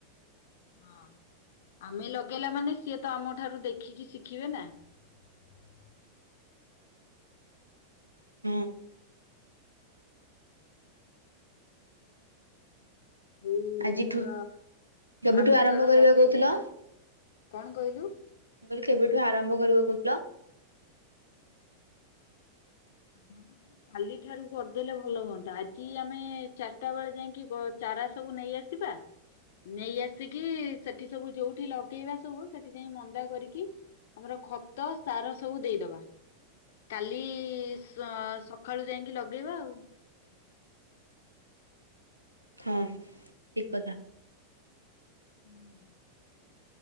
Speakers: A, on the left; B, on the right.
A: ହଁ ଆମେ ଲଗେଇଲା ମାନେ ସିଏ ତ ଆମ ଠାରୁ ଦେଖିକି ଶିଖିବେ ନା। <unintelligible>
B: ହୁଁ।
A: ଯୋଉ
B: ଆଜିଠୁ
A: ଧର
B: କେବେଠୁ
A: ଆମେ
B: ଆରମ୍ଭ
A: ଧର
B: କରିବା
A: ଲଗେଇଲେ
B: କହୁଥିଲ?
A: କଣ କହିଲୁ?
B: ମୁଁ କହିଲି କେବେଠୁ ଆରମ୍ଭ କରିବ କହୁଥିଲ?
A: ଉଁ। କାଲି ଠାରୁ କରିଦେଲେ ଭଲ ହୁଅନ୍ତା ଆଜି ଆମେ ଚାର ଟା ବେଳେ ଯାଇକି ଚାରା ସବୁ ନେଇ ଆସିବା। ନେଇଆସିକି ସେଠିସବୁ ଯୋଉଠି ଲଗେଇବା ସବୁ ସେଠି ଯାଇ ମନ୍ଦା କରିକି। ଆମର ଖତ ସାର ସବୁ ଦେଇଦବା। କାଲି ସ ସଖାଳୁ ଯାଇକି ଲଗେଇବା ଆଉ।
B: ହଁ ଠିକ୍ କଥା।
A: ହୁଁ।